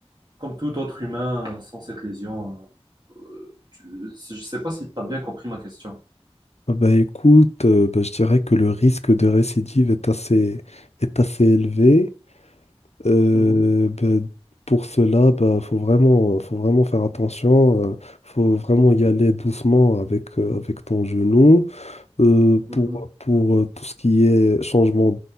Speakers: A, on the right; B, on the left.
A: comme tout autre humain euh, sans cette lésion? euh, euh, tu- je sais pas si tu as bien compris ma question.
B: Ah Bah écoute, euh, bah je dirais que le risque de récidive est assez, est assez élevé. Euh,
A: Mhm,
B: bah, pour cela, bah, faut vraiment, faut vraiment faire attention. euh, faut vraiment y aller doucement avec, euh, avec ton genou. Euh,
A: mhm.
B: pour, pour euh, tout ce qui est changement